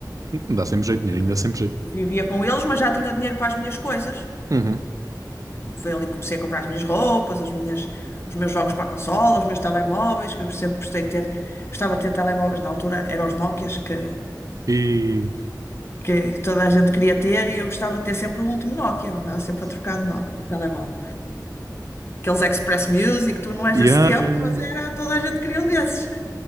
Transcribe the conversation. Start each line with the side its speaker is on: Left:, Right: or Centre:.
Right: Dá sempre
Left: eu vivi-
Right: jeito, dinheirinho, dá sempre jeito.
Left: vivia, com eles, mas já tinha o dinheiro para as minhas coisas.
Right: Uhum.
Left: Foi ali que comecei a comprar as minhas roupas, as minhas, os meus jogos para a consola, os meus telemóveis, que eu sempre gostei de ter. Gostava de ter telemóveis na altura, eram os Nokias que
Right: E.
Left: que toda a gente queria ter e eu gostava de ter sempre o último Nokia, eu andava sempre a trocar de Nokia, de telemóvel. Aqueles Express Music, tu não és
Right: Yeah,
Left: desse tempo,
Right: yeah, yeah.
Left: mas
Right: yeah.
Left: era, toda a gente queria um desses.